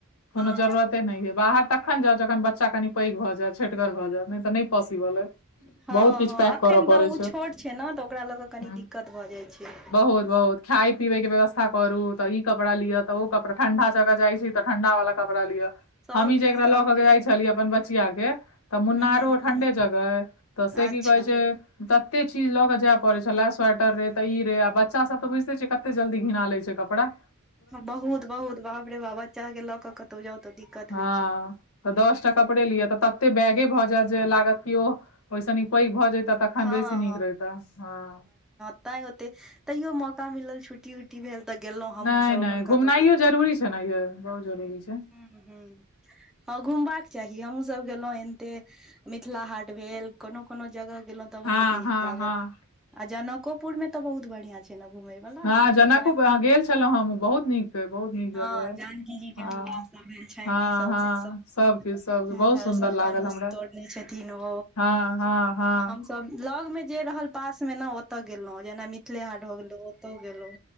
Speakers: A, on the left; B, in the centre.
A: कोनो
B: हँ
A: जरूरते नहि हे बाहर। तखन जाऊं जखन बच्चा कनि पैघ भऽ जायत छठिगर भ जायत नहि तऽ नहि पॉसिबल छै
B: हाँ
A: बहुत किछु
B: हाँ
A: पैक
B: एखन
A: करऽ पड़ै
B: तऽ ओ छोट छैय ने तऽ ओकरा लऽ कऽ कनी
A: हूँ
B: दिक्कत भऽ जाइ छै
A: बहुत बहुत खाय पीए के व्यवस्था करू तऽ इ कपड़ा लि तऽ ओ कपड़ा ठंडा जगह जाय छै तऽ ठंडा वला कपड़ा लिअ
B: सब
A: हमी
B: किछ
A: जे एकरा
B: सब
A: ल के
B: किछ
A: जाइ छलिये अपन ब बच्ची के तऽ मुनारो
B: हूँ हूँ
A: ठंडे जगह ऐ तऽ से
B: अच्छा
A: की कहे छैय। तते चीज लऽ के जाय पड़े छले स्वीटर रे तऽ इ रे आ बच्चा सब तऽ बुझते छिये कते जल्दी घिना ले छैय कपड़ा ओकरा।
B: बहुत बहुत बाप रे बच्चा के लऽ कऽ कतहु जाऊं तऽ दिक्कत।
A: हाँ
B: होइ छै
A: तऽ दस टा कपड़े लिय तऽ तते बैगे भऽ जायत जे लागत कि ओ ओहिस निक पैघ भऽ जैता तखन
B: हँ
A: बेसी नीक रहिते हाँ
B: न ओतय होते तैयो मौका मिलल छुटी छुट्टी भेल तऽ गेलहुँ हमहुँ
A: नहि
B: सब
A: नहि
B: अपन
A: घुमनाइयो
B: कतहु कतहु
A: जरूरी छै ने यै बहुत जरूरी छै
B: घुमैय राय। ह <inaudible> हँ घुमबाक चाही हमहुँ सब गेलहुँ एनते मिथिला हाट भेल कोनो कोनो जगह। गेलों ते बहुत
A: हँ
B: नीक
A: हँ
B: लागल
A: हँ
B: आ जनकोपुर मे ते बहुत बढ़ियाँ छै। घुमै वला
A: हँ
B: ओतो
A: जनकपुर अहाँ गेल छलहुँ हम बहुत नीक अइ बहुत नीक जगह
B: हँ
A: अइ
B: जानकी जी
A: हँ
B: के विवाह <inaudible> भेल छनि
A: हँ
B: ई सब
A: हँ
B: से सब
A: सबके सबके बहुत
B: महल
A: सुन्दर
B: सब
A: लागल
B: धनुष
A: हमरा
B: तोड़ने छथिन ओ
A: हँ, हँ, हँ,
B: हम सब लौग मे जे रहल पास मे ने ओतय गेलहुं जेना मिथिले हाट गेलो ओतौ गेलहुं।